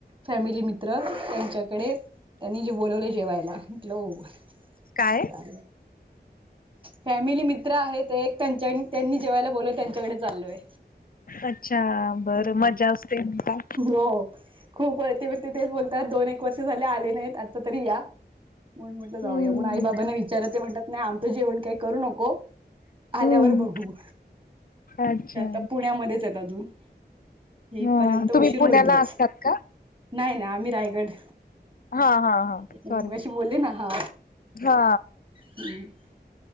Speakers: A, on the right (about 30°); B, on the left (about 55°).
A: फॅमिली मित्र त्यांच्याकडे त्यांनी जे बोलवलय जेवायला म्हटलं हो
B: काय
A: चाले फॅमिली मित्र आहेत एक त्यांच्याकं त्यांनी जेवायला बोलव त्यांच्याकडे चाललोय.
B: अच्छा बरं
A: हम्म
B: मजा असते का?
A: हो खूप व ते पण तेच बोलतात दोन एक वर्ष झाले आले नाहीत आत ता तरी या म्हणून म्हटलं
B: हम्म
A: जाऊया म्हणून आई बाबांना विचार ते म्हणतात नाय आमतं जेवण काय करू नको. आल्यावर
B: हम्म
A: बघू.
B: अच्छा.
A: ते आता पुण्यामध्येचं येत अजून येई
B: हा
A: पर्यंत उशीर
B: तुम्ही पुण्याला
A: होईलचं.
B: असतात का?
A: नाय नाय आम्ही रायगड
B: हा हा
A: त्याच्यामुळे
B: हा सॉरी
A: मगाशी बोलले ना हा
B: हा
A: <inaudible>